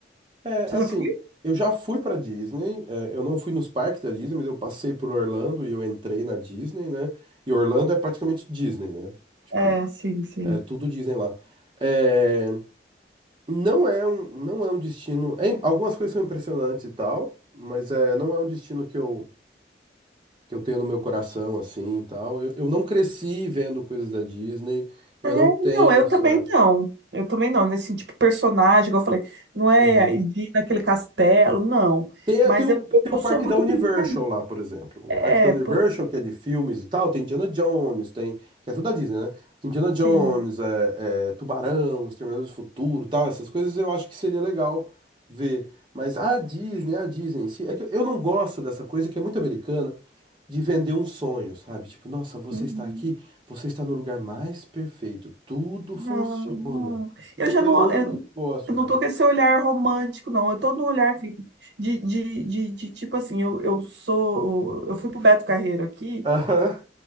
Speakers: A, on the right; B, on the right.
A: É,
B: Você
A: assim,
B: já foi?
A: eu já fui pra Disney, é, eu não fui nos parques da Disney, mas eu passei por Orlando e eu entrei na Disney, né? E Orlando é praticamente Disney, né? Tipo,
B: É, sim, sim.
A: é tudo Disney lá. É, não é um, não é um destino. é im- algumas coisas são impressionantes e tal, mas é, não é um destino que eu, que eu tenho no meu coração, assim, e tal. Eu, eu não cresci vendo coisas da Disney, eu
B: É,
A: não tenho
B: não, eu
A: essa.
B: também não. Eu também não, nesse tipo de personagem, igual eu falei, não é
A: Aham.
B: de ir naquele castelo, não.
A: Tem,
B: Mas
A: tem o,
B: eu,
A: tem
B: eu
A: o parque
B: sou muito
A: da Universal
B: brincadeira.
A: lá, por exemplo. O
B: É,
A: parque da Universal,
B: pô,
A: que é de filmes e tal, tem Indiana Jones, tem. Que é tudo da Disney, né? Indiana Jones,
B: sim.
A: é, é, Tubarão, Exterminador do Futuro, e tal, essas coisas eu acho que seria legal ver. Mas a Disney, a Disney em si, é que eu não gosto dessa coisa que é muito americana de vender um sonho, sabe? Tipo, nossa, você
B: Uhum.
A: está aqui, você está no lugar mais perfeito, tudo
B: Não,
A: funciona.
B: não. Eu
A: Então,
B: já
A: eu
B: não,
A: não
B: eu,
A: gosto
B: eu não
A: de.
B: tô com esse olhar romântico, não. Eu tô num olhar assim, de, de, de, de tipo assim, eu, eu sou. Eu fui pro Beto Carreiro aqui.
A: Aham,